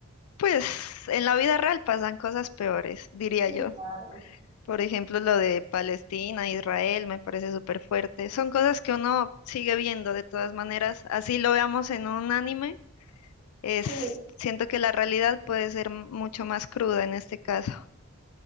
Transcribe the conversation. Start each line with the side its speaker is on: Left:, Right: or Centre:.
Left: Pues en la vida real pasan cosas peores, diría
Right: Sí,
Left: yo.
Right: claro.
Left: Por ejemplo, lo de Palestina, Israel, me parece súper fuerte. Son cosas que uno sigue viendo de todas maneras. Así lo veamos en un anime, es,
Right: Sí,
Left: siento que la realidad puede ser mucho más cruda en este caso.